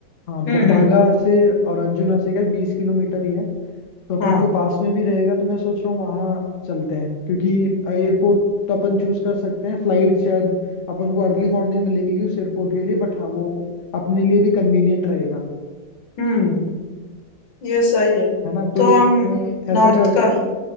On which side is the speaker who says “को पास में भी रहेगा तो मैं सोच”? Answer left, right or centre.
Left